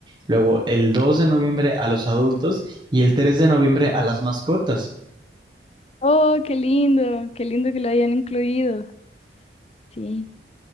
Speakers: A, on the right; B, on the left.
A: luego el 2 de noviembre a los adultos y el 3 de noviembre a las mascotas.
B: Oh, qué lindo, qué lindo que lo hayan incluido. Sí.